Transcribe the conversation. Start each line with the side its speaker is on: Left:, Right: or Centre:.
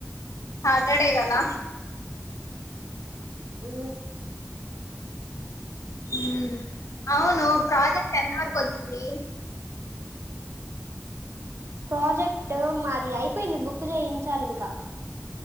Left: సాటర్డే కదా
Right: ఉ
Left: హ్మ్ అవును ప్రాజెక్ట్ ఎంత వరకు వచ్చింది
Right: ప్రజెక్ట్ మాది ఐపో ఐపోయింది బుక్ చేయించాలి ఇంకా